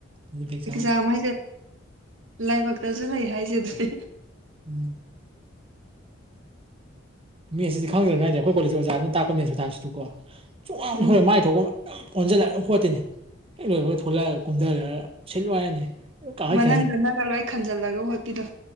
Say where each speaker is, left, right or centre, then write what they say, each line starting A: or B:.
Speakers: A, on the right (about 30°); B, on the right (about 80°).
A: ꯑꯗꯨ ꯕꯦꯛ ꯆꯥꯍꯧꯗ꯭ꯔꯦ
B: ꯑꯦꯛꯖꯥꯝ ꯍꯥꯏꯁꯦ ꯂꯥꯏꯕꯛꯇꯁꯨ ꯂꯩ ꯍꯥꯏꯁꯦ ꯑꯗꯨꯗꯅꯦ
A: ꯎꯝ ꯃꯦꯠꯁꯤꯗꯤ ꯈꯪꯗ꯭ꯔꯅ ꯉꯥꯏꯁꯦ ꯑꯩꯈꯣꯏ ꯀꯣꯂꯦꯖꯀꯤ ꯑꯣꯖꯥꯅ ꯇꯥꯛꯄ ꯃꯦꯁ ꯈꯨꯇꯥꯛꯁꯨꯀꯣ ꯁꯨꯡꯑꯣꯟ
B: ꯎꯝ
A: ꯟꯣꯟꯊꯣꯟꯑꯣꯏ ꯃꯥꯏꯁꯦ ꯃꯥ ꯊꯣꯛꯄ ꯑꯃ ꯑꯣꯟꯁꯤꯜꯂꯛ ꯈꯣꯠꯇꯣꯏꯅꯤ ꯍꯦꯛ ꯂꯣꯏꯕꯒ ꯊꯣꯛꯂꯛꯑꯒ ꯀꯨꯝꯊꯈ꯭ꯔꯒ ꯁꯤꯟꯂꯨ ꯍꯥꯏꯔꯅꯤ ꯀꯥꯈꯠꯈ꯭ꯔꯅꯤ
B: ꯃꯅꯪꯗꯅꯒ ꯂꯣꯏ ꯈꯟꯖꯜꯂꯒ ꯍꯣꯠꯄꯤꯗꯣ